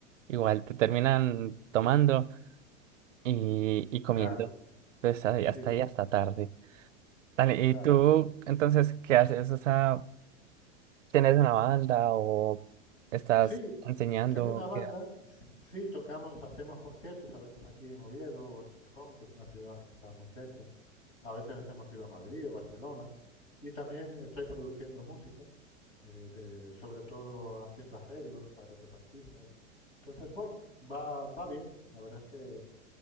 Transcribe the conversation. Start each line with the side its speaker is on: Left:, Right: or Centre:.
Right: igual te terminan tomando. y, y comiendo.
Left: Claro,
Right: Entonces ahí
Left: eh,
Right: hasta
Left: sí, sí,
Right: ahí hasta tarde. Dale,
Left: claro,
Right: ¿y tú
Left: sí.
Right: entonces qué haces? O sea, ¿tienes una banda o estás
Left: Sí,
Right: enseñando?
Left: tengo una banda,
Right: ¿Qué haces?
Left: sí, tocamos, hacemos conciertos, a veces aquí en Oviedo o en Gijón, que es una ciudad que está muy cerca. A veces hemos ido a Madrid o Barcelona. Y también estoy produciendo música, eh, de- sobre todo haciendo arreglos para otros artistas. Entonces, bueno, va, va bien. La verdad es que,